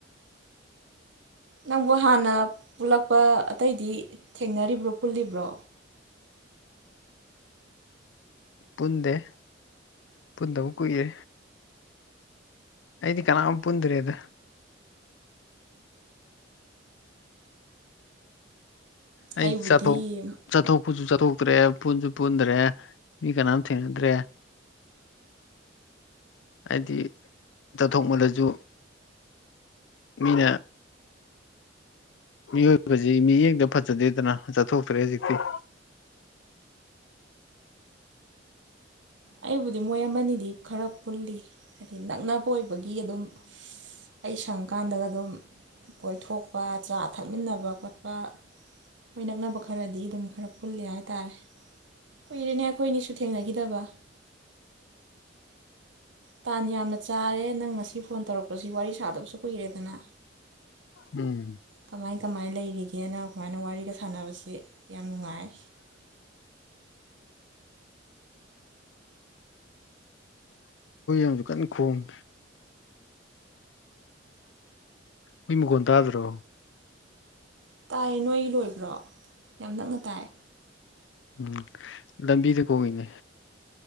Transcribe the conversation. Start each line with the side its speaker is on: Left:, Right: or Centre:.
Right: ꯅꯪꯕꯨ ꯍꯥꯟꯅ ꯄꯨꯜꯂꯛꯄ ꯑꯇꯩꯗꯤ ꯊꯦꯡꯅꯔꯤꯕ꯭ꯔꯣ ꯄꯨꯜꯂꯤꯕ꯭ꯔꯣ
Left: ꯄꯨꯟꯗꯦ ꯄꯨꯟꯗꯕ ꯀꯨꯏꯔꯦ ꯑꯩꯗꯤ ꯀꯅꯥꯝ ꯄꯨꯟꯗ꯭ꯔꯦꯗ ꯑꯩ
Right: ꯑꯩꯕꯨꯗꯤ
Left: ꯆꯠꯊꯣꯛ ꯆꯠꯊꯣꯛꯄꯁꯨ ꯆꯠꯊꯣꯛ ꯇ꯭ꯔꯦ ꯄꯨꯟꯁꯨ ꯄꯨꯟꯗ꯭ꯔꯦ ꯃꯤ ꯀꯅꯥꯝ ꯊꯦꯡꯅꯗ꯭ꯔꯦ ꯍꯥꯏꯗꯤ ꯆꯠꯊꯣꯛ ꯃꯜꯂꯁꯨ ꯃꯤꯅ ꯃꯤꯑꯣꯏꯕꯁꯤ ꯃꯤꯠꯌꯦꯡꯗ ꯐꯖꯗꯦꯗꯅ ꯆꯠꯊꯣꯛꯇ꯭ꯔꯦ ꯍꯧꯖꯤꯛꯇꯤ
Right: ꯑꯩꯕꯨꯗꯤ ꯃꯣꯏ ꯑꯃꯅꯤꯗꯤ ꯈꯔ ꯄꯨꯜꯂꯤ ꯍꯥꯏꯗꯤ ꯅꯛꯅꯕ ꯑꯣꯏꯕꯒꯤ ꯑꯗꯨꯝ ꯑꯩ ꯁꯪꯀꯥꯟꯗꯒ ꯑꯗꯨꯝ ꯀꯣꯏꯊꯣꯛꯄ ꯆꯥ ꯊꯛꯃꯤꯟꯅꯕ ꯈꯣꯠꯄ ꯃꯣꯏ ꯅꯛꯅꯕ ꯈꯔꯗꯤ ꯑꯗꯨꯝ ꯈꯔ ꯄꯨꯜꯂꯤ ꯍꯥꯏ ꯇꯥꯔꯦ ꯀꯨꯏꯔꯦꯅꯦ ꯑꯩꯈꯣꯏꯅꯤꯁꯨ ꯊꯦꯡꯅꯈꯤꯗꯕ ꯇꯥꯟ ꯌꯥꯝꯅ ꯆꯥꯔꯦ ꯅꯪ ꯉꯁꯤ ꯐꯣꯟ ꯇꯧꯔꯛꯄꯁꯤ ꯋꯥꯔꯤ ꯁꯥꯗꯕꯁꯨ ꯀꯨꯏꯔꯦꯗꯅ
Left: ꯎꯝ
Right: ꯀꯃꯥꯏ ꯀꯃꯥꯏ ꯂꯩꯔꯤꯒꯦꯅ ꯁꯨꯃꯥꯏꯅ ꯋꯥꯔꯤꯒ ꯁꯥꯟꯅꯕꯁꯤ ꯌꯥꯝ ꯅꯨꯡꯉꯥꯏ
Left: <unintelligible> ꯀꯟꯅ ꯈꯣꯡ ꯍꯨꯏ ꯃꯈꯣꯟ ꯇꯥꯗ꯭ꯔꯣ
Right: ꯇꯥꯏꯌꯦ ꯅꯣꯏꯒꯤ ꯂꯣꯏꯕ꯭ꯔꯣ ꯌꯥꯝ ꯅꯛꯅ ꯇꯥꯏ
Left: ꯎꯝ ꯂꯝꯕꯤꯗ ꯈꯣꯡꯉꯤꯅꯦ